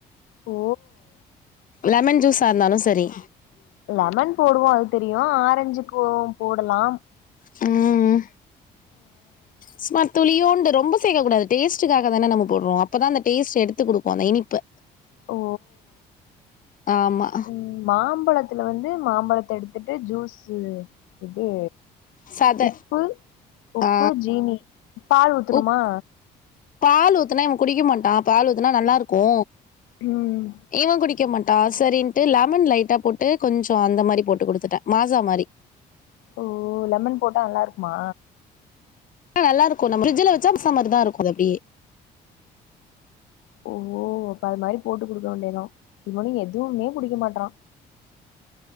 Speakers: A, on the left; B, on the left.
A: ஓ
B: லெமன் ஜூஸ்ஸா இருந்தாலூ செரி
A: லெமன் போடுவோ அது தெரியூ ஆரஞ்சுக்கூ போடலா
B: ம் ம் சும்மா துளியூண்டு ரொம்ப சேக்கக்கூடாது டேஸ்டுக்காகதான நம்ம போட்றோ அப்பதா அந்த டேஸ்ட் எடுத்து குடுக்கூ அந்த இனிப்பு
A: ஓ
B: ஆம்மா
A: ம் மாம்பழத்துல வந்து மாம்பழத்த எடுத்துட்டு ஜூஸ்ஸூ இதூ
B: சத
A: உப்பு உப்பு
B: ஆ
A: ஜீனி பால் ஊத்தணுமா
B: உப் பால் ஊத்துனா இவெ குடிக்க மாட்டா பால் ஊத்துனா நல்லாருக்கூ
A: ம்
B: இவங்குடிக் க்க மாட்டா சரின்ட்டு லெமன் லைட்டா போட்டு கொஞ்சோஅந்த மாரி போட்டு குடுத்துட்ட மாசா மாரி
A: ஓ லெமன் போட்டா நல்லாருக்குமா
B: ஆ நல்லா இருக்கூ நம்ம ஃப்ரிஜ்ஜில வச்சா மாஸா மாரி தா இருக்கூ அது அப்டியே
A: ஓ அப்ப அது மாதிரி போட்டு குடுக்க வேண்டியதா இவனு எதுவுமே குடிக்க மாட்றா